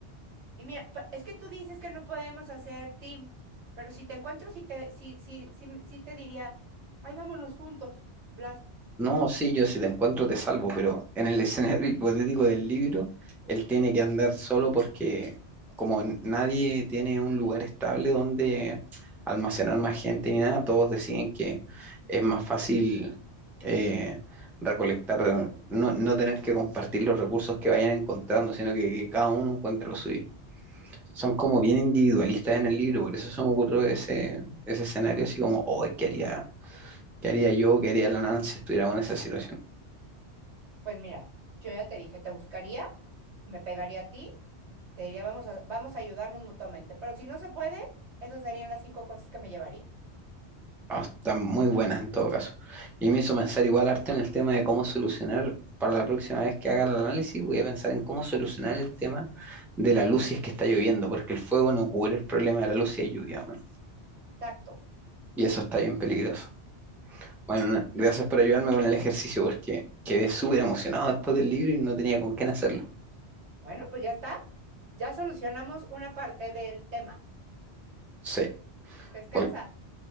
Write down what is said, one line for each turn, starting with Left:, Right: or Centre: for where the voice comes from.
Right: Y mira, pa- es que tú dices que no podemos hacer team, pero si te encuentro, sí te, sí, sí, sí, sí te diría, ay, vámonos juntos, Blas.
Centre: No, sí, yo si te encuentro te salvo, pero en el <laughs> escenario hipotético del libro, él tiene que andar solo porque como n- nadie tiene un lugar estable donde almacenar más gente ni nada, todos deciden que es más fácil eh, recolectar, no, no tener que compartir los recursos que vayan encontrando, sino que, que cada uno encuentre lo suyo. Son como bien individualistas en el libro, por eso se me ocurrió ese, ese escenario así como, oh, ¿qué haría, qué haría yo, qué haría la Nancy si estuviéramos en esa situación?
Right: Pues mira, yo ya te dije, te buscaría, me pegaría a ti, te diría, vamos a, vamos a ayudarnos mutuamente. Pero si no se puede, esas serían las cinco cosas que me llevaría.
Centre: Ah, están muy buenas en todo caso. Y me hizo pensar igual harto en el tema de cómo solucionar, para la próxima vez que haga el análisis, voy a pensar en cómo solucionar el tema de la luz si es que está lloviendo, porque el fuego no cubre el problema de la luz si hay lluvia, weón.
Right: Exacto.
Centre: Y eso está bien peligroso. Bueno, na- gracias por ayudarme con el ejercicio, porque quedé súper emocionado después del libro y no tenía con quién hacerlo.
Right: Bueno, pues ya está. Ya solucionamos una parte del tema.
Centre: Sí,
Right: Descansa.
Centre: Cual-